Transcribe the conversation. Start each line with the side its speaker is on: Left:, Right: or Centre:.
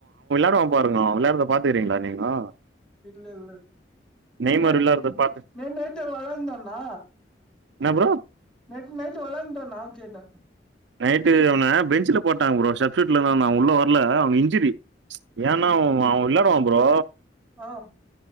Right: <unintelligible> பாருங்கோ வில்லாரத்த பாத்துக்கறீங்களா நீங்கோ
Centre: இல்ல இல்ல
Right: நெய்மர்
Centre: இப்ப
Right: விளாட்றத பாத்து
Centre: ந நேத்து அவ வெளாந்தனா
Right: என்ன ப்ரோ
Centre: நைட்டு் நைட்டு் வளந்தோனா கேட்டே
Right: நைட்டு அவன பெஞ்சுல போட்டாங்க ப்ரோ சப்ஸ்யூட்ல தா நா உள்ள வரல அவங்க இன்ஞ்சிரி ஏனா அவ வ் விளாடுவா ப்ரோ
Centre: ஆஹ்